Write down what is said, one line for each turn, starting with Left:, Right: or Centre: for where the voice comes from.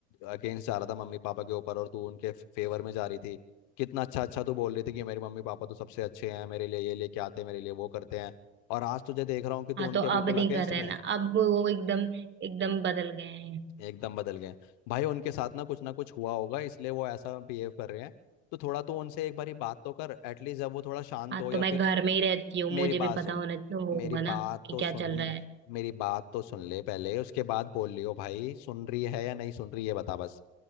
Left: अगेंस्ट जा रहा था मम्मी पापा के ऊपर और तू उनके फेवर में जा रही थी कितना अच्छा अच्छा तू बोल रही थी कि मेरे मम्मी पापा तो सबसे अच्छे हैं मेरे लिए ये लेके आते हैं मेरे लिए वो करते हैं और आज तुझे देख रहा हूँ कि तू
Right: हाँ
Left: उनके
Right: तो
Left: बिल्कुल
Right: अब नहीं
Left: अगेंस्ट
Right: कर रहे
Left: में है।
Right: ना अब वो एकदम एकदम बदल गए हैं
Left: एकदम बदल गए हैं। भाई उनके साथ ना कुछ ना कुछ हुआ होगा इसलिए वो ऐसा बिहेव कर रहे हैं तो थोड़ा तो उनसे एक बारी बात तो कर एटलीस्ट जब वो थोड़ा शांत
Right: हाँ
Left: हो या
Right: तो मैं
Left: फिर
Right: घर में ही रहती हूँ मुझे
Left: मेरी बात
Right: भी पता
Left: सुन
Right: होना तो होगा
Left: मेरी
Right: ना
Left: बात
Right: कि
Left: तो
Right: क्या
Left: सुन
Right: चल रहा है
Left: मेरी बात तो सुन ले पहले उसके बाद बोल लियो भाई सुन रही है या नहीं सुन रही है बता बस